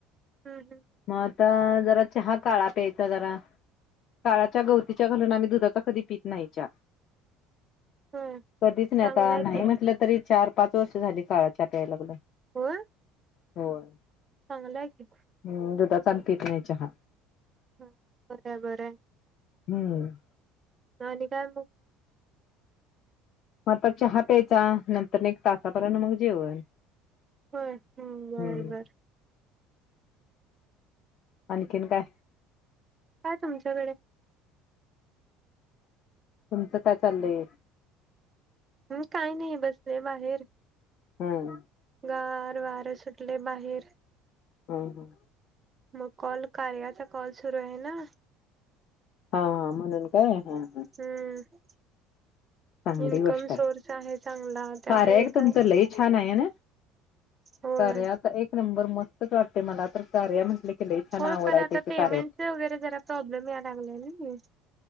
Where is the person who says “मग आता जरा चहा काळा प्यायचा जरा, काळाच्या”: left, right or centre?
Left